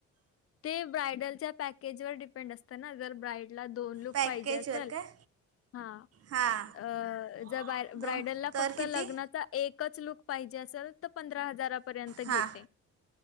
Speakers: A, on the left; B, on the right.
A: ते ब्रायडलच्या पॅकेजवर डिपेंड असते. त्यांना जर ब्राईडला दोन लूक
B: पॅकेजवर
A: पाहिजे असल
B: काय
A: हा.
B: हां
A: अअ जर
B: दो
A: ब्रायडलला
B: तर
A: फक्त
B: किती
A: लग्नाचा एकच लूक पाहिजे असल फक्त पंधरा हजारापर्यंत घेते.
B: हां